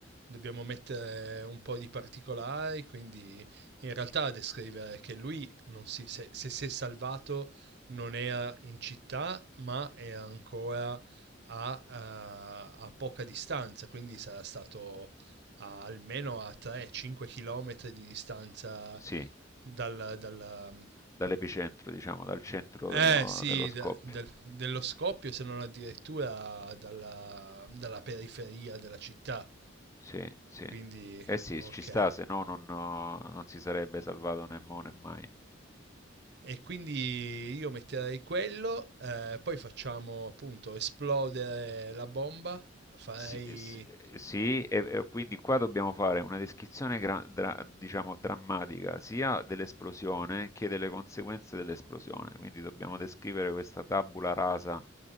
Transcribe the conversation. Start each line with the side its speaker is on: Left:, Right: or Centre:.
Right: dobbiamo mettere un po' di particolari, quindi in realtà descrivere che lui non si, se, se si è salvato non era in città, ma era ancora a, eh, a poca distanza, quindi sarà stato a- almeno a 3-5 km di distanza
Left: sì,
Right: dal, dalla-
Left: dall'epicentro, diciamo, dal centro
Right: eh
Left: dello
Right: sì,
Left: dello scoppio.
Right: de- del- dello scoppio, se non addirittura dalla, dalla periferia della città.
Left: Sì, sì.
Right: Quindi,
Left: Eh sì,
Right: ok.
Left: ci sta, se no non, non si sarebbe salvato né mo né mai.
Right: E quindi io metterei quello, eh, poi facciamo appunto esplodere la bomba, farei...
Left: Sì, eh, sì, eh, sì, e, e quindi qua dobbiamo fare una descrizione gra- dra- diciamo drammatica sia dell'esplosione che delle conseguenze dell'esplosione. Quindi dobbiamo descrivere questa tabula rasa